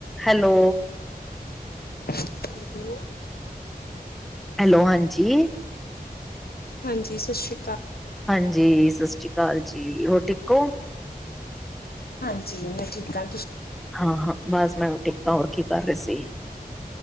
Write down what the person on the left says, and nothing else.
ਹੈਲੋ
ਹਾਂਜੀ ਸਤਿ ਸ੍ਰੀ
ਹਾਂਜੀ ਮੈਂ ਠੀਕ ਆ